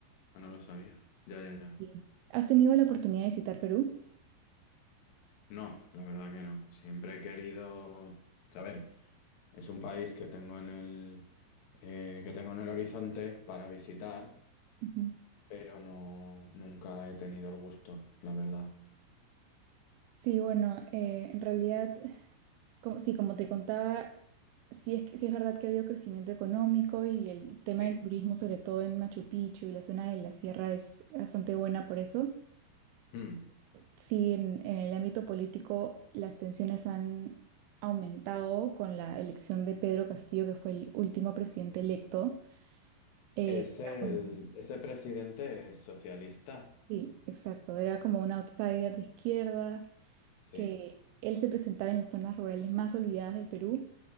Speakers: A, on the left (about 70°); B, on the right (about 80°).
A: Ah, no lo sabía. Ya, ya, ya.
B: Sí. ¿Has tenido la oportunidad de visitar Perú?
A: No, la verdad que no. Siempre he querido saber. Es un país que tengo en el eh, que tengo en el horizonte para visitar,
B: Ujú.
A: pero no nunca he tenido el gusto, la verdad.
B: Sí, bueno, eh, en realidad, como, sí, como te contaba, sí es, que- sí es verdad que ha habido crecimiento económico y el tema
A: Sí.
B: del turismo, sobre todo en Machu Picchu y la zona de la sierra, es bastante buena por eso.
A: Hmm.
B: Sí, en, en el ámbito político las tensiones han aumentado con la elección de Pedro Castillo, que fue el último presidente electo. eh,
A: Es
B: que
A: el
B: era un-
A: ese presidente es socialista.
B: sí, exacto. Era como un outsider de izquierda,
A: Sí,
B: que él se presentaba en las zonas rurales más olvidadas del Perú